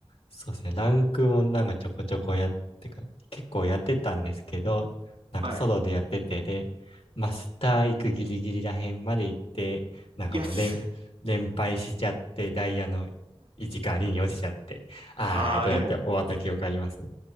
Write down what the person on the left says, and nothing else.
そうですね、ランクもなんかちょこちょこやってか、結構やってたんですけど、なんかソロでやっててで、
マスター行くギリギリらへんまで行って、なんかもう連、
連敗しちゃって、ダイヤの1か2に落ちちゃって、あーってなって終わった記憶ありますね。